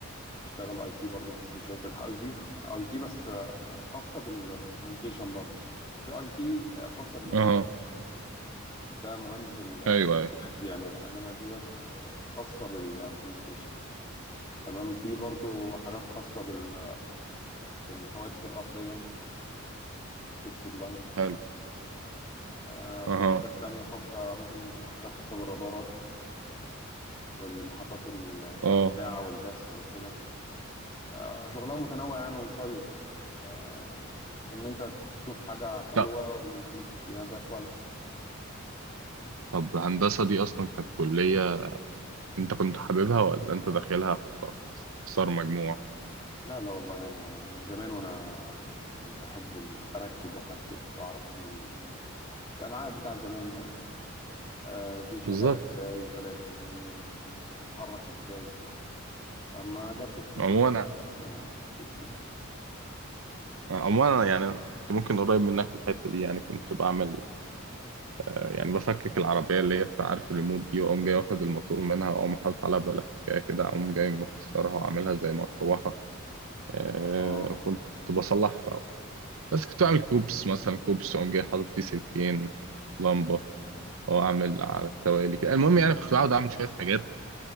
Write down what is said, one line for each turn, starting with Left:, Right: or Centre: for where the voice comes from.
Left: يشتغل اي تي برضو مفيش مشاكل آه، اي تي اي تي بس آه، خاصه بالكوميونيكيشن برضو في اي تي آه، خاصه بالاي
Right: اها
Left: بي ده مهندس الحاسبات
Right: ايوه ايوه
Left: بيعملها انما ديت خاصه بالكوميونيكيشن تمام في برضو حاجات خاصه بال بالهواتف الارضيه فيكسد لاين تمام
Right: حلو
Left: آه، في
Right: اها
Left: حاجات تانية خاصة ممكن حاجات خاصة بالرادارات والمحطات الإذاعة
Right: اه
Left: والبث وكده آه، شغلها متنوع يعني وشيق آه، ان انت تشوف حاجة حلوة
Right: لا
Left: وتمشي فيها ده كويس
Right: طب هندسة دي اصلا كانت كلية انت كنت حاببها ولا انت داخلها خسارة خسارة مجموع
Left: لا لا والله انا من زمان وانا يعني بحب ال- اركب وافكك واعرف دي الالعاب بتاع زمان بقى وكده آه، دي شغالة
Right: بالظبط
Left: ازاي وطلعت منين و- وبتتحرك ازاي وكده فما جات لي فرصة
Right: عموما
Left: الهندسة مشيت فيها
Right: عموما أنا يعني كنت ممكن قريب منك في الحتة دي يعني كنت بعمل يعني بفكك العربية اللي هي بتاع عارف الريموت دي وأقوم جاي واخد الموتور منها وأقوم حاطط عليها بلاستيكية كده أقوم جاي مكسرها وعاملها زي مروحة آه
Left: اه
Right: كنت بصلح في أول بس كنت أعمل كوبس مثلا كوبس أقوم جاي حاطط فيه سلكين لمبة وأعمل على التوالي كده المهم يعني كنت بقعد أعمل شوية حاجات